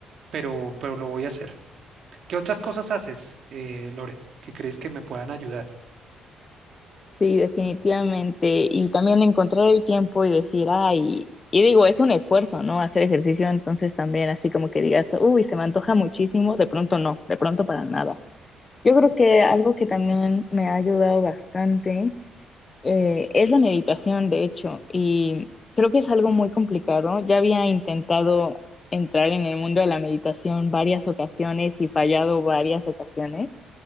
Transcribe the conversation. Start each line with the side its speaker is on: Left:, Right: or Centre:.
Right: pero, pero lo voy a hacer. ¿Qué otras cosas haces, eh, Lore, que crees que me puedan ayudar?
Left: Sí, definitivamente. Y también encontrar el tiempo y decir, ay, y digo, es un esfuerzo, ¿no? Hacer ejercicio, entonces también así como que digas, uy, se me antoja muchísimo, de pronto no, de pronto para nada. Yo creo que algo que también me ha ayudado bastante eh, es la meditación, de hecho, y creo que es algo muy complicado. Ya había intentado entrar en el mundo de la meditación varias ocasiones y fallado varias ocasiones.